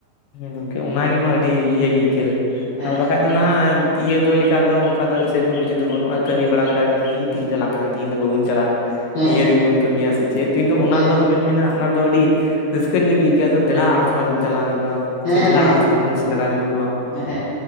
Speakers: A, on the left (about 85°); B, on the left (about 45°).
A: ᱜᱚᱝᱠᱮ ᱚᱱᱟᱜᱮ ᱢᱟ ᱟᱹᱰᱤ ᱤᱭᱟᱹᱜᱮ ᱟᱹᱭᱠᱟᱹᱜ
B: ᱦᱮᱸ
A: ᱟᱨ ᱵᱟᱠᱷᱟᱡ ᱫᱚ ᱱᱟᱦᱟᱜ ᱤᱭᱟᱹ ᱫᱚ ᱞᱮᱠᱟ ᱫᱚ ᱚᱱᱠᱟ ᱫᱚ ᱥᱮ ᱨᱚᱠᱚᱢ ᱠᱤᱪᱷᱩ ᱫᱚ ᱵᱟᱹᱱᱩᱜ-ᱟ ᱠᱟᱹᱢᱤ ᱵᱟᱲᱟ ᱞᱮᱠᱷᱟᱱ ᱵᱮᱱ ᱦᱤᱡ ᱛᱤᱦᱤᱧ ᱫᱚ ᱞᱟᱸᱜᱟ ᱛᱤᱦᱤᱧ ᱫᱚ ᱵᱟᱵᱩᱱ ᱪᱟᱞᱟᱜ-ᱟ᱾
B: ᱦᱮᱸ
A: ᱱᱤᱭᱟᱹ ᱨᱮᱜᱮ ᱵᱚᱱ ᱠᱟᱹᱢᱤᱭᱟ ᱥᱮ ᱪᱮᱫ ᱠᱤᱱᱛᱩ ᱩᱱᱟ
B: ᱦᱮᱸ
A: ᱨᱮᱫᱚ ᱵᱟᱵᱮᱱ ᱢᱮᱱᱟ ᱩᱱᱟ ᱨᱮᱫᱚ ᱟᱹᱰᱤ ᱨᱟᱹᱥᱠᱟᱹ ᱧᱚᱜ ᱜᱮ ᱟᱹᱭᱠᱟᱹᱣ ᱛᱚ ᱫᱮᱞᱟ ᱟᱨ ᱛᱷᱚᱲᱟ ᱵᱚᱱ ᱪᱟᱞᱟᱣ ᱧᱚᱜᱚᱜ-ᱟ ᱾
B: ᱦᱮᱸ
A: ᱥᱮ ᱫᱮᱞᱟ
B: ᱦᱮᱸ
A: ᱟᱨ ᱛᱷᱚᱲᱟ ᱵᱩᱱ ᱥᱮᱸᱫᱽᱨᱟ ᱧᱚᱜ ᱠᱚᱣᱟ
B: ᱦᱮᱸ